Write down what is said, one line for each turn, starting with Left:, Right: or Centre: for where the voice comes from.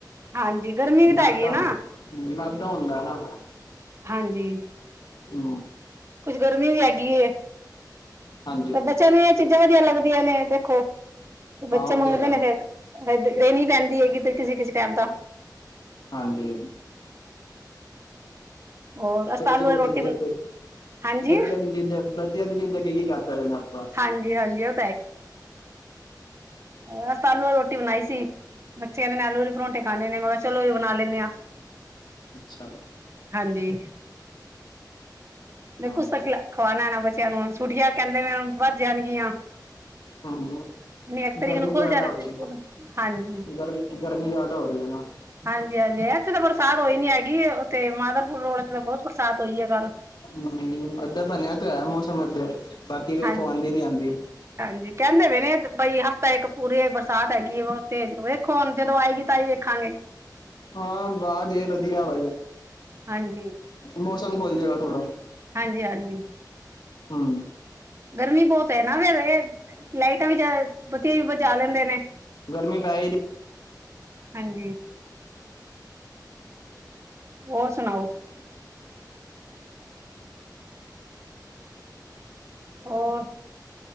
Right: ਹਾਂਜੀ ਗਰਮੀ ਵੀ ਤਾਂ
Left: ਮੈਦਾ
Right: ਹੈਗੀ ਨਾ
Left: ਹੁੰ ਮੈਦਾ ਹੁੰਦਾ ਨਾ।
Right: ਹਾਂਜੀ।
Left: ਹੂ।
Right: ਕੁਛ ਗਰਮੀ ਵੀ ਹੈਗੀਏ
Left: ਹਾਂਜੀ
Right: ਤਾਂ ਬੱਚਿਆਂ ਨੂੰ ਚੀਜ਼ਾਂ ਵਧੀਆ ਲੱਗਦੀਆਂ ਨੇ ਦੇਖੋ ਬੱਚੇ
Left: ਹਾਂ ਉਹ
Right: ਮੰਗਦੇ
Left: ਤੇ ਹੈ
Right: ਨੇ ਫੇਰ ਦੇਣੀ ਪੈਂਦੀ ਏ ਕਿਸੇ, ਕਿਸੇ ਟਾਈਮ ਤਾਂ
Left: ਹਾਂਜੀ।
Right: ਹੋਰ ਅਸੀਂ
Left: ਬੱਚੀਆ
Right: ਤਾਂ ਆਲੂ ਵਾਲੀ ਰੋਟੀ
Left: ਦੀ ਜਿਦ
Right: ਬਣ ਹਾਂਜੀ
Left: ਬੱਚੀਆਂ ਦੀ ਜਿਦ ਅੰਦਰ ਬਚਿਆ ਦੀ ਜਿੱਦ ਅੱਗੇ ਕੀ ਕਰ ਸਕਦੇ ਆਪਾਂ
Right: ਹਾਂਜੀ ਹਾਂਜੀ ਉਹ ਹੋਰ ਅਸੀ ਤਾ ਆਲੂ ਵਾਲੀ ਰੋਟੀ ਬਣਾਈ ਸੀ ਬੱਚਿਆ ਨੇ ਆਲੂ ਵਾਲੇ ਪਰੋਂਂਠੇ ਖਾਂਣੇ ਨੇ ਮੈਂ ਕਿਹਾ ਚਲੋ ਉਹ ਹੀ ਬਣਾ ਲੈਂਦੇ ਹਾਂ
Left: ਅੱਛਾ
Right: ਹਾਂਜੀ।
Left: ਹੂੰ
Right: ਦੇ ਕੁਛ ਤਾਂ ਖਵਾਉਣਾ ਨਾ ਬੱਚਿਆਂ ਨੂੰ ਛੁੱਟੀਆਂ ਕਹਿੰਦੇ ਵੱਧ ਜਾਣਗੀਆਂ।
Left: ਹਮ।
Right: ਨਹੀਂ ਇੱਕ ਤਰੀਕ
Left: ਗਰਮੀ
Right: ਨੂੰ ਖੁੱਲ
Left: ਜਿਆਦਾ
Right: ਜਾਣਾ
Left: ਹੋ
Right: ਸੀ
Left: ਰਹੀ
Right: ਸਕੂਲ
Left: ਨਾ
Right: ਹਾਂਜੀ
Left: ਗਰਮੀ ਗਰਮੀ ਜ਼ਿਆਦਾ ਹੋ ਰਹੀ ਹੈ ਨਾ।
Right: ਹਾਂਜੀ, ਹਾਂਜੀ ਇੱਥੇ ਤਾਂ ਬਰਸਾਤ ਹੋਈ ਨੀ ਹੈਗੀ ਉੱਥੇ ਮਾਧਲਪੁਰ ਰੋਡ ਤਾਂ ਬਹੁਤ ਬਰਸਾਤ ਹੋਈ ਹੈ ਕੱਲ੍ਹ।
Left: ਹ ਅਗੇ ਬਣਿਆ ਤੇ ਹੋਇਆ ਮੌਸਮ ਅਗੇ ਬਾਕੀ ਵੇਖੋ
Right: ਹਾਂਜੀ
Left: ਆਉਂਦੀ ਨੀ ਆਉਂਦੀ।
Right: ਹਾਂਜੀ ਕਹਿੰਦੇ ਵੀ ਨੇ ਬਈ ਹਫ਼ਤਾ ਇੱਕ ਪੂਰੇ ਬਰਸਾਤ ਹੈਗੀ ਉਹ ਤੇਜ ਦੇਖੋ ਹੁਣ ਜਦੋਂ ਆਏਗੀ। ਤਾ ਹੀ ਵੇਖਾਗੇ।
Left: ਹਾਂ ਬਾਅਦ <unintelligible>
Right: ਹਾਂਜੀ।
Left: ਮੌਸਮ ਖੁਲ ਜਾਏਗਾ ਥੋੜਾ।
Right: ਹਾਂਜੀ, ਹਾਂਜੀ।
Left: ਹਮ।
Right: ਗਰਮੀ ਬਹੁਤ ਨਾ ਫਿਰ ਇਹ ਲਾਈਟਾਂ ਵੀ ਵਧੀਆ ਬੁਜਾ ਲੈਂਦੇ ਨੇ।
Left: ਗਰਮੀ ਪੈ ਹੀ ਰਹੀ ਹੈ
Right: ਹਾਂਜੀ। ਹੋਰ ਸੁਣਾਓ?
Left: <inaudible>
Right: ਹੋਰ